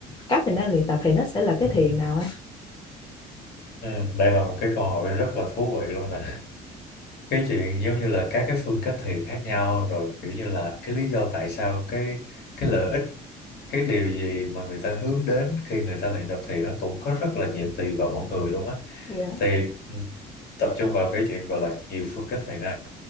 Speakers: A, on the left (about 25°); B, on the left (about 60°).
A: các mình đang luyện tập thì nó sẽ là cái thiền nào anh
B: ừ, đây là một cái câu hỏi rất là thú vị luôn nè cái chuyện giống như là các cái phương cách thiền khác nhau rồi kiểu như là cái lý do tại sao cái cái lợi ích cái điều gì mà người ta hướng đến khi người ta luyện tập thiền nó cũng có rất là nhiều tùy vào mỗi người luôn á
A: dạ
B: thì ừ, tập trung vào cái chuyện gọi là nhiều phương cách thầy ha